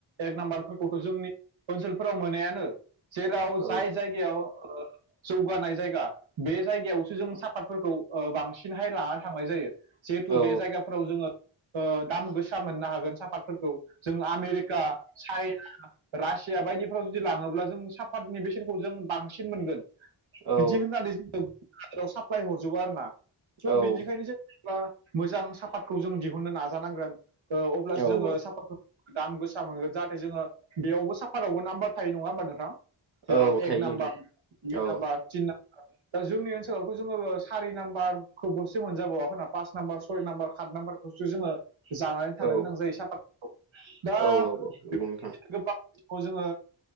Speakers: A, on the right; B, on the right.
A: एक नाम्बारफो रखौ जोंनि ओनसोलफोराव मोनायानो जेराव
B: औ
A: जाय जायगायाव ओ जौगानाय जायगा बे जायगायावसो जों साफातफोरखौ ओ बांसिनहाय लाना थांनाय जायो। जिहेथु
B: औ
A: बे जायगाफोराव जोङो ओ दाम गोसा मोननो हागोन साहाफातफोरखौ जों आमेरिका चाइना रासिया बायदिफ्राव जुदि लाङोब्ला जों साफातनि बेसेनखौ जों बांसिन मोनगोन।
B: औ
A: बिदि होननानै जों हादोराव साप्लाय हरजोबो आरोना थ'
B: औ
A: बेनिखायनो जों बा मोजां सापातखौ जों दिहुननो नाजानांगोन ओ अब्लासो
B: औ
A: जोङो सापातखौ दाम गोसा मोनगोन जाहाथे जोङो बेयावबो साफातआवबो नाम्बार थायो नङा होमबा नोंथां। जेराव
B: औ
A: एक
B: थायो
A: नाम्बार
B: नोंथां
A: दुइ
B: औ
A: नाम्बार तिन नाम्बार दा जोंनि ओनसोलावथ' जोङो सारि नाबारखौ बोरसो मोनजाबावाख ना पास नाम्बार सय नाम्बार सात नाम्बार खौसो जोङो जानानै थानो
B: औ
A: गोनां जायो साफाखौ दा
B: औ औ नंगौ
A: बेफोर
B: नोंथां
A: बायदिनो गोबां खौ जोङो